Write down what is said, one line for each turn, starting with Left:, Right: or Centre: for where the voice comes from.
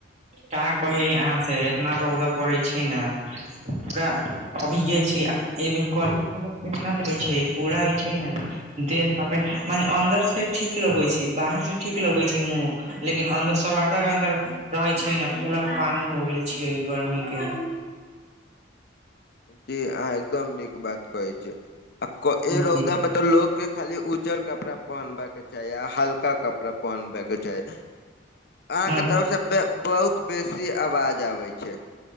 Right: का कही अहा से इतना रौदा पड़ैय छैय ने- पुरा अभी गेल छियै एहिमे कनिये खबर केना लेैय छैय पूरा जे छैय ने- देखमे मने अन्दर से ठीक लगैय छैय बाहर से ठीक लगैय छैय- तमो लेकिन अन्दर सब आटा के अन्दर- रहैय छैय न पुरा पानि भऽ गेल छीयै गर्मी के-
Left: जी अहाँ एकदम नीक बात कहै छीयै। आ को-
Right: जी
Left: ए रौदा में तो लोग के खाली उज्जर कपड़ा पहनबा के- चाय हल्का कपड़ा पहनब के चाही। अहां
Right: हँ
Left: के तरफ से बे-बहुत बेसी आवाज आबे छै।